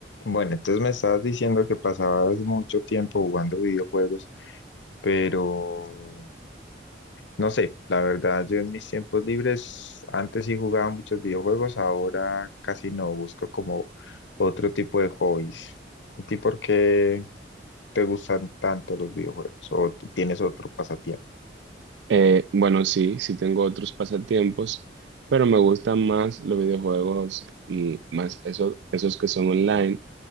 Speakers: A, on the left; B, on the right.
A: Bueno, entonces me estabas diciendo que pasabas mucho tiempo jugando videojuegos, pero no sé, la verdad, yo en mis tiempos libres antes sí jugaba muchos videojuegos, ahora casi no, busco como otro tipo de hobbies. ¿A ti por qué te gustan tanto los videojuegos o t- tienes otro pasatiempo?
B: Eh, bueno, sí, sí tengo otros pasatiempos, pero me gustan más los videojuegos y más esos, esos que son online,